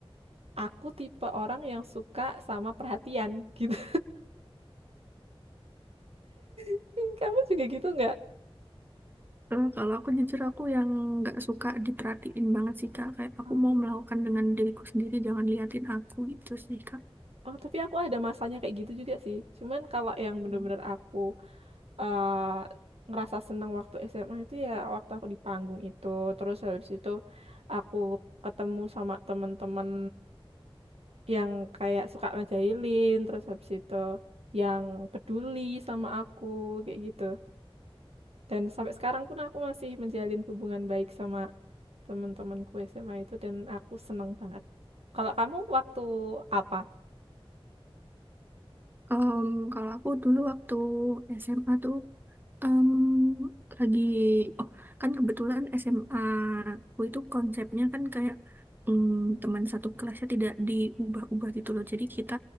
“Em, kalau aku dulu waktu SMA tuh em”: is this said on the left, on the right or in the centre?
Right